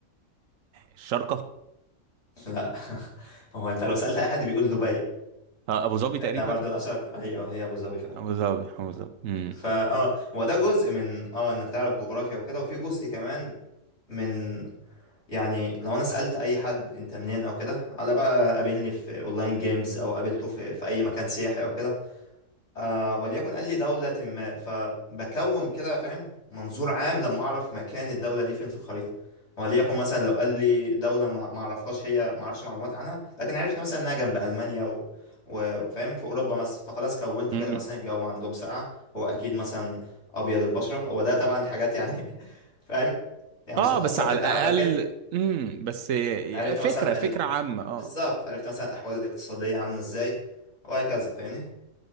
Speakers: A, on the right; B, on the left.
A: الشارقة
B: <laughs> لا <laughs> هو انت لو سالت اي حد بيقول دبي
A: آه، أبو ظبي
B: لانها
A: تقريبا
B: برضو الاشهر ايوه هي ابو ظبي فعلا
A: أبو ظبي أبو ظبي امم
B: فا اه هو ده جزء من اه انك تعرف جغرافيا وكده وفي جزء كمان من يعني لو انا سالت اي حد انت منين او كده على بقى قابلني في اونلاين جيمز او قابلته في في اي مكان سياحي او كده آه وليكن قال لي دولة ما فبكون كده فاهم منظور عام لما أعرف مكان الدولة دي فين في الخريطة وليكن مثلا لو قال لي دولة ما ما أعرفهاش هي ما أعرفش معلومات عنها لكن عرفت مثلا إنها جنب ألمانيا و... وفاهم في أوروبا مثلا فخلاص كونت
A: امم
B: كده مثلا الجو عندهم ساقعة هو أكيد مثلا أبيض البشرة هو ده طبعا حاجات يعني <laughs> فاهم يعني
A: اه
B: مش هتأثر
A: بس على
B: في التعامل
A: الاقل
B: أو كده
A: امم بس
B: عرفت
A: فكره
B: مثلا
A: فكره
B: ال...
A: عامه اه
B: بالظبط عرفت مثلا الأحوال الاقتصادية عاملة إزاي وهكذا فاهمني